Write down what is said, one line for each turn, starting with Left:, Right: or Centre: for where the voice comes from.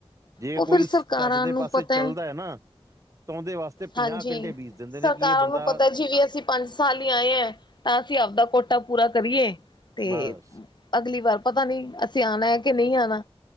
Right: ਜੇ
Left: ਉਹ
Right: ਕੋਈ
Left: ਫਿਰ ਸਰਕਾਰਾਂ
Right: ਚੱਜ ਦੇ
Left: ਨੂੰ
Right: ਪਾਸੇ
Left: ਪਤਾ
Right: ਚੱਲਦਾ
Left: ਹੈ
Right: ਏ ਨਾ ਤਾ ਉਦੇ ਵਾਸਤੇ- ਪੰਜਾਹ
Left: ਹਾਂਜੀ
Right: ਕੰਢੇ ਬੀਜ ਦਿੰਦੇ ਨੇ
Left: ਸਰਕਾਰਾਂ
Right: ਕਿ ਇਹ ਬੰਦਾ
Left: ਨੂੰ ਪਤਾ ਜੀ ਅਸੀਂ ਪੰਜ ਸਾਲ ਲਈ ਆਏ ਐ, ਤਾਂ ਅਸੀਂ ਆਪਦਾ ਕੋਟਾ ਪੂਰਾ ਕਰੀਏ ਤੇ
Right: ਬਸ
Left: ਅਗਲੀ ਵਾਰ ਪਤਾ ਨੀ ਅਸੀਂ ਆਣਾ ਏ ਕਿ ਨਹੀਂ ਆਣਾ।